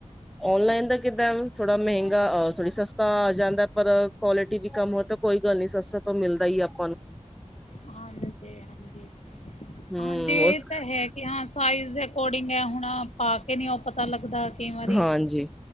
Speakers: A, in the centre; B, on the left.
A: ਔਨਲਾਈਨ ਦਾ <unintelligible> ਥੋੜਾ ਮਹਿੰਗਾ ਥੋੜੀ ਸਸਤਾ ਆ ਜਾਂਦਾ ਪਰ ਕੁਆਲਿਟੀ ਵੀ ਕੰਮ ਹੋ ਤੋ ਕੋਈ ਗੱਲ ਨੀ ਸਸਤਾ ਤੋਂ ਮਿਲਦਾ ਈ ਆਪ
B: ਹਾਂਜੀ- ਹਾਂਜੀ,
A: ਹੂੰ
B: ਹਾਂਜੀ ਇਹ
A: ਉਸ
B: ਤੇ ਹੈ ਕਿ ਹਾਂ ਸਾਈਜ਼ ਦੇ ਅਕੋਰਡਿੰਗ ਐ, ਹੁਣ ਪਾ ਕੇ ਨੀ ਉਹ ਪਤਾ ਲੱਗਦਾ ਕਈ ਵਾਰੀ
A: ਹਾਂਜੀ।